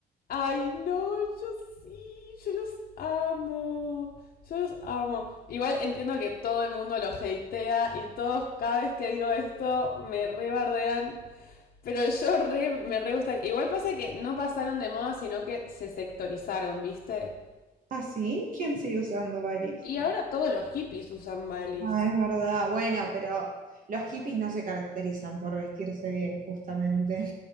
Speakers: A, on the left; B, on the right.
A: ay, no, yo sí, yo los amo, yo los amo. Igual entiendo que todo el mundo los hatea y todos cada vez que digo esto me rebardean, pero yo re, me re gusta. Igual pasa que no pasaron de moda, sino que se sectorizaron, ¿viste?
B: ¿Ah, sí? ¿Quién sigue usando Balis?
A: Y ahora todos los hippies usan balis.
B: Ah, es verdad. Bueno, pero los hippies no se caracterizan por vestirse bien, justamente.